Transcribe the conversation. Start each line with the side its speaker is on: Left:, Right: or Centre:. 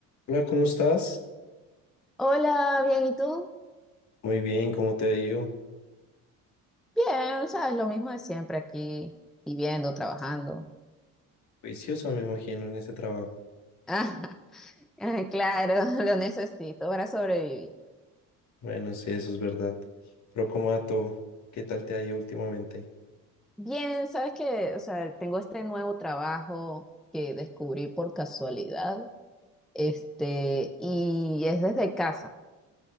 Left: Hola, ¿cómo estás?
Centre: Hola, bien, ¿y tú?
Left: Muy bien, ¿cómo te ha ido?
Centre: Bien, sabes, lo mismo de siempre aquí, viviendo, trabajando.
Left: Juiciosa, me imagino, en ese trabajo.
Centre: <laughs> Ah, claro, <laughs> lo necesito para sobrevivir.
Left: Bueno, sí, eso es verdad. Pero como a todo, ¿qué tal te ha ido últimamente?
Centre: Bien, sabes que, o sea, tengo este nuevo trabajo que descubrí por casualidad, este, y es desde casa.